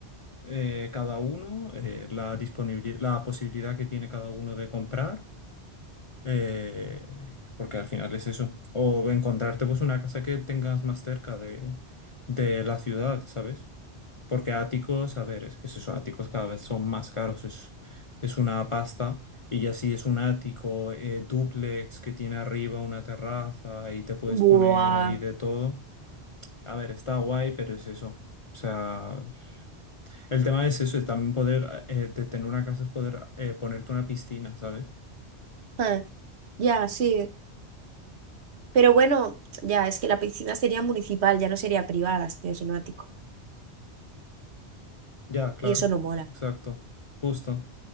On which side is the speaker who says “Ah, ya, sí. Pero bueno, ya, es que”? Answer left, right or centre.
Right